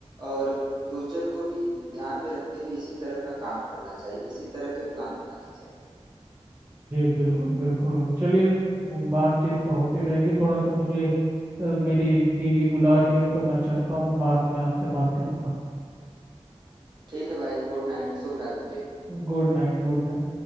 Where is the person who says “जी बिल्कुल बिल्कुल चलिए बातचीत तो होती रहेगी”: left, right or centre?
Right